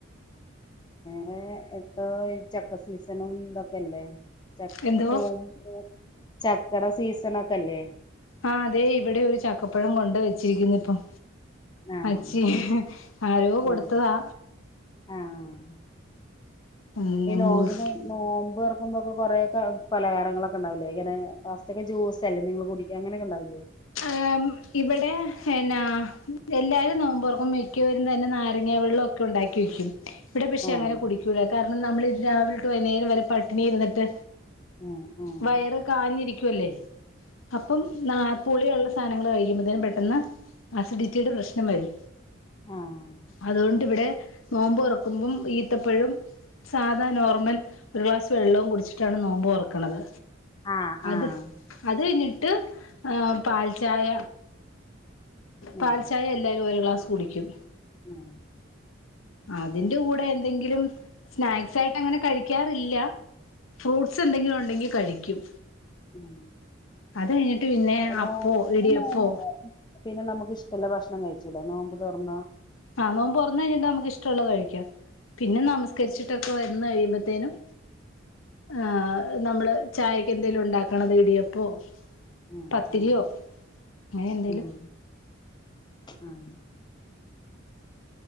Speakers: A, on the left; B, on the left.
A: വേറെ ഇപ്പോ ഈ ചക്ക സീസണും ഇതൊക്കെല്ലേ <unintelligible>
B: എന്തോ
A: ചക്കെടെ സീസൺ ഒക്കെല്ലേ
B: ആ അതെ ഇവിടെ ഒരു ചക്കപ്പഴം കൊണ്ട് വെച്ചിരിക്കുന്നു. ഇപ്പം.
A: ആഹ്
B: അച്ചി ആരോ കൊടുത്തതാ
A: ആഹ് ആഹ്
B: പിന്നെ
A: ഈ നോമ്പ്.
B: മുറിക്ക്
A: നോമ്പ് തൊറക്കുമ്പോ <unintelligible> കൊറെയൊക്കെ പലഹാരങ്ങളൊക്കെ ഉണ്ടാവില്ലേ ഇങ്ങനെ ഫസ്റ്റൊക്കെ ജൂസല്ലേ നിങ്ങൾ കുടിക്ക. അങ്ങനൊക്കെണ്ടാവില്ലേ <inaudible>
B: ഏഹ് ഇവിടെ പിന്നെ എല്ലാരും നോമ്പോർക്കുമ്പോ മിക്കവരും തന്നെ നാരങ്ങ വെള്ളും ഒക്കെ ഉണ്ടാക്കി വയ്ക്കും ഇവിടെ പക്ഷെ
A: ആഹ്
B: അങ്ങനെ കുടിക്കൂല കാരണം നമ്മൾ ഇത് രാവിലെ ഇട്ട് വൈകുന്നേരം വരെ പട്ടിണി ഇരിന്നിട്ട്
A: ആഹ് ആഹ്
B: വയറ് കാഞ്ഞിരിക്കുവല്ലേ അപ്പം നാ പുളിയുള്ള സാധനങ്ങൾ കഴിക്കുമ്പോത്തന് പെട്ടൊന്ന് ആസിഡിറ്റിയുടെ പ്രശ്നം വരും
A: ആഹ് ആഹ്
B: അതുകൊണ്ട് ഇവിടെ നോമ്പ്തുറക്കുമ്പം ഈത്തപ്പഴും സാധാ നോർമൽ ഒരു ഗ്ലാസ് വെള്ളവും കുടിച്ചിട്ടാണ് നോമ്പ് തുറക്കണത്
A: ആഹ്
B: അത്
A: ആഹ് ആഹ്
B: അത് കഴിഞ്ഞിട്ട് ഏ പാൽചായ
A: ആഹ്
B: പാൽ
A: ആഹ്
B: ചായ എല്ലാരും ഒരു ഗ്ലാസ് കുടിക്കും
A: <inaudible>
B: അതിന്റെ കൂടെ എന്തെങ്കിലും സ്നാക്സ് ആയിട്ട് അങ്ങനെ കഴിക്കാറില്ല ഫ്രൂട്ട്സ് എന്തെങ്കിലും ഉണ്ടെങ്കിൽ കഴിക്കും
A: ഉം
B: അത് കഴിഞ്ഞിട്ട് പിന്നെ
A: നോ
B: അപ്പോ
A: പിന്നെ
B: ഇടിയപ്പോ
A: നോമ്പ് തുറ- പിന്നെ നമുക്ക് ഇഷ്ടമുള്ള ഭക്ഷണം കഴിച്ചൂടെ നോൻമ്പ് തുറന്നാ
B: ആഹ് നോമ്പ് തുറന്നു കഴിഞ്ഞിട്ട് നമക്ക് ഇഷ്ടമുള്ളത് കഴിക്കാം പിന്നെ നമസ്കരിച്ചിട്ടൊക്കെ വന്ന് കഴിയമ്പത്തേനും ആഹ് നമ്മള് ചായക്ക് എന്തെലും ഉണ്ടാക്കണത് ഇടിയപ്പോ
A: ഉം
B: പത്തിരിയോ
A: ഉം
B: അങ്ങനെ എന്തേലും
A: ആഹ് ആഹ്